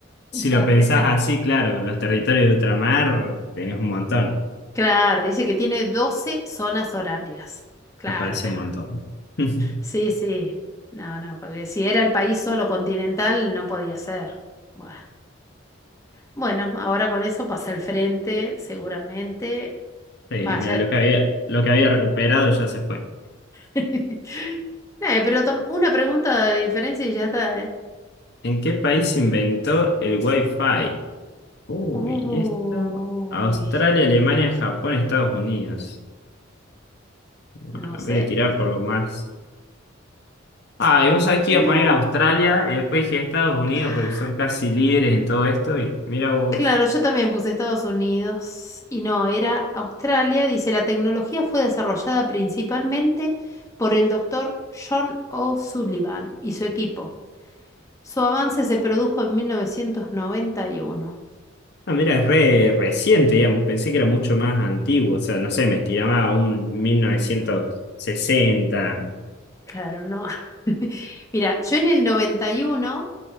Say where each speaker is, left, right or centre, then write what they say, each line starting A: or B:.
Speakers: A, on the left; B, on the left.
A: Si
B: <laughs> también.
A: lo pensás así, claro, con los territorios de ultramar tenés un montón,
B: Claro, dice que tiene 12 zonas horarias. Claro,
A: me parece
B: pero
A: un montón. <laughs>
B: Sí, sí. No, no, porque si era el país solo continental, no podía ser. Bueno, bueno, ahora con eso pasa al frente, seguramente.
A: Sí,
B: Vaya.
A: mira, lo que había, lo que había recuperado ya se fue.
B: <laughs> Eh, pero tam- una pregunta de diferencia y ya está, ¿eh?
A: ¿En qué país se inventó el Wi-Fi? Uy,
B: Uy,
A: esto. Australia, Alemania, Japón, Estados Unidos. Bueno,
B: no sé.
A: voy a tirar por lo más. Ah, y vos sabés que
B: No.
A: iba a poner Australia y después dije Estados Unidos
B: Ah,
A: porque son casi líderes en todo esto. Y mira vos.
B: Claro, yo también puse Estados Unidos y no, era Australia. Dice, la tecnología fue desarrollada principalmente por el doctor John O'Sullivan y su equipo. Su avance se produjo en 1991.
A: Ah, mira, es re reciente, digamos. Pensé que era mucho más antiguo. O sea, no sé, me estiraba a un 1960.
B: Claro, no. <laughs> Mira, yo en el 91